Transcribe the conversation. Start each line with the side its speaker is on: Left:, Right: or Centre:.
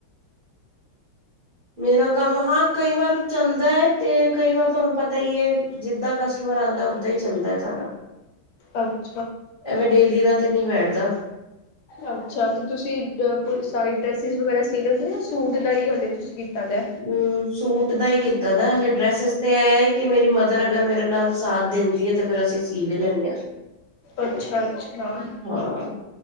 Right: ਮੇਰਾ ਕੰਮ ਹਾਂ ਕਈ ਵਾਰ ਚੱਲਦਾ ਹੈ ਤੇ ਕਈ ਵਾਰ ਤੁਹਾਨੂੰ ਪਤਾ ਹੀ ਹੈ ਜਿੱਦਾਂ ਕਸਟਮਰ ਆਉਂਦਾ ਓਦਾਂ ਹੀ ਚੱਲਦਾ ਹੈ ਸਾਡਾ
Left: ਅੱ
Right: ਐਵੇਂ ਡੇਲੀ ਦਾ ਤੇ ਨਹੀਂੀ ਬੈਠਦਾ
Left: ਅੱਛਾ ਅੱਛਾ ਤੇ ਤੁਸੀਂ ਅ ਸਾਰੀ ਡਰੈਸਿਸ ਵਗੈਰਾ ਸੀ ਲੈਂਦੇ ਜਾਂ ਸੂਟ ਦਾ ਹੀ ਹਾਲੇ ਤੁਸੀਂ ਕੀਤਾ। ਦਾ?
Right: ਅ ਸੂਟ ਦਾ ਹੀ ਕੀਤਾ ਦਾ ਹਲੇ ਡਰੈਸਿਸ ਤੇ ਐ ਹੀ ਕਿ, ਮੇਰੀ ਮਦਰ ਅਗਰ ਮੇਰੇ ਨਾਲ ਸਾਥ ਦਿੰਦੀ ਹੈ ਤੇ ਫੇਰ ਅਸੀਂ ਸੀ ਵੀ ਲੈਂਨੇ ਆ।
Left: ਅੱਛਾ-ਅੱਛਾ
Right: ਹਾਂ